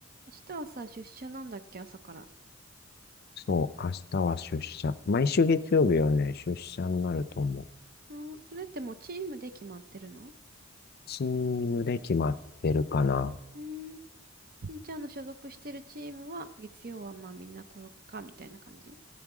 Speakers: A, on the right (about 45°); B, on the left (about 50°).
A: 明日はさ、出社なんだっけ、朝から。
B: そう、明日は出社。毎週月曜日はね、出社になると思う。
A: うん、それってもうチームで決まってるの
B: チームで決まってるかな。
A: うん、しんちゃんの所属してるチームは、月曜はまあみんな来よっか、みたいな感じ。